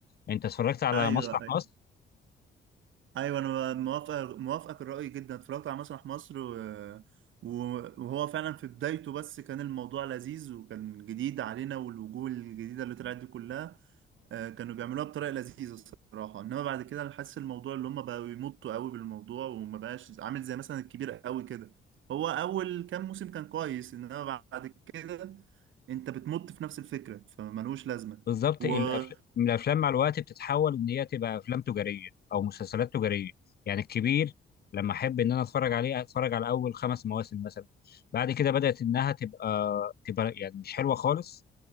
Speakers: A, on the left; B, on the right.
A: انت اتفرجت على
B: ايوه
A: مسرح
B: أيوه.
A: مصر
B: ايوه انا موافق موافقك الرأي جدا اتفرجت على مسرح مصر و... و- وهو فعلا في بدايته بس كان الموضوع لذيذ وكان جديد علينا والوجوه الجديدة اللي طلعت دي كلها آه، كانوا بيعملوها بطريقة لذيذة الصراحة انما بعد كده انا حاسس الموضوع اللي هم بقوا يمطوا قوي بالموضوع وما بقاش عامل زي مثلا الكبير قوي كده هو اول كام موسم كان كويس انما بعد كده انت بتمط في نفس الفكرة فملوش لازمة
A: بالظبط
B: و
A: الأفل- الافلام مع الوقت بتتحول ان هي تبقى افلام تجاريه او مسلسلات تجاريه يعني الكبير لما احب ان انا اتفرج عليه اتفرج على اول خمس مواسم مثلا بعد كده بدات انها تبقى تبقى يعني مش حلوه خالص